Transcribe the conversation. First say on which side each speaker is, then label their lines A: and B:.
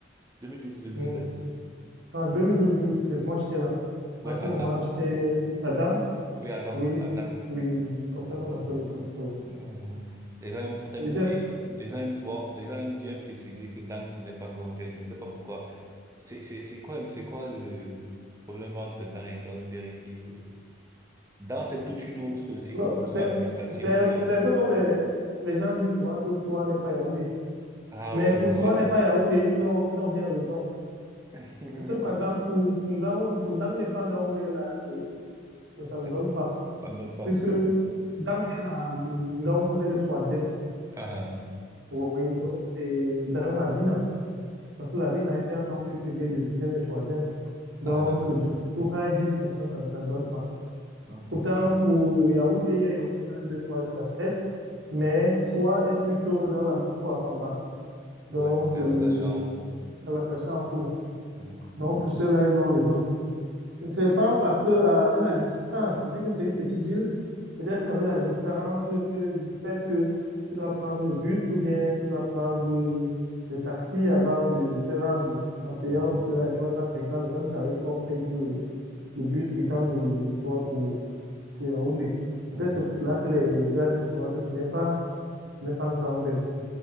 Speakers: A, on the right; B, on the right.
A: 2012-2013.
B: Mm. En 2012-2013, moi, j'étais là.
A: Ouais,
B: En ce
A: Adam.
B: moment, j'étais à Dan.
A: Oui, Adam.
B: Oui,
A: Adam.
B: c'est- oui, c'est comme
A: Adam.
B: ça qu'on appelle le corps. Oui.
A: Mhm. Les gens aiment très,
B: J'étais
A: ils- les gens aiment souvent, les gens aiment bien préciser que Dan, ce n'est pas Ngaoundéré. Je ne sais pas pourquoi. C'est, c'est, c'est quoi, c'est quoi le problème entre Dan et Ngaoundéré qui, le- Dan, c'est toute une autre circonscription
B: Bon, C'est,
A: administrative
B: c'est,
A: ou bien.
B: c'est un peu comme les, les gens disent souvent que Soi n'est pas Yaoundé.
A: Ah
B: Mais
A: ouais,
B: pour
A: je vois.
B: Soi n'est pas Yaoundé, ils ont, ils ont bien raison.
A: <laughs>
B: Cependant, pour, pour Ngaoundé, pour Dang n'est pas Ngaoundé, là, c'est- ça, ça
A: Ça,
B: ne donne pas.
A: ça ne donne pas.
B: Puisque Dang est la, Ngaoundé est troisième.
A: Ah, ah,
B: Oui, donc c'est dans la Vina. Parce que la Vina est Ngaoundé premier, deuxième et troisième. Donc,
A: ah, d'accord.
B: du coup, quand ils disent comme ça, ça, ça ne donne pas.
A: Mhm.
B: Autant pour Yaoundé, il y a Yaoundé 1, 2, 3 jusqu'à 7, mais Soa est plutôt dans la même fois à Pamba. Donc,
A: Ouais, c'est
B: euh,
A: rattaché à un fou.
B: à la Cachanfou.
A: Mhm.
B: Donc, pour cela, ils ont raison.
A: Ouais.
B: C'est pas parce que, euh, avec la distance, vu que c'est une petite ville, peut-être avec la distance euh, du fait que tu dois prendre le bus ou bien tu dois prendre euh, le taxi avant de te rendre en payant
A: Mhm.
B: peut-être à 350 le même tarif qu'on paye pour le, le bus qui tend de, de Soa pour, pour Yaoundé.
A: Mhm.
B: Peut-être c'est pour cela que les, les gars disent souvent que ce n'est pas, ce n'est pas Ngaoundé.